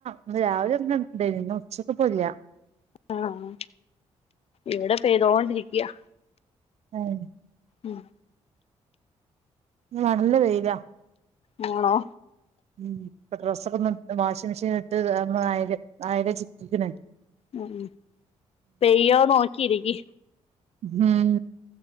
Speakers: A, on the right; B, on the left.
A: ഇന്ന് രാവിലെ ഒന്ന്ണ്ടേനി ഇന്ന് ഉച്ചക്ക്പ്പല്ല.
B: ആഹ് ഇവടെ പെയ്തോണ്ടിരിക്ക
A: ഏഹ്
B: ഉം
A: <unintelligible>
B: വൂണോ
A: ഉം ഇപ്പ ഡ്രസ്സൊക്ക ഒന്ന് വാഷിംഗ് മെഷീല്ട്ട് <unintelligible> അയ്ല് ചിറ്റിക്ക്ണ്.
B: ഉം ഉം പെയ്യോ നോക്കിരിക്കി
A: ഉം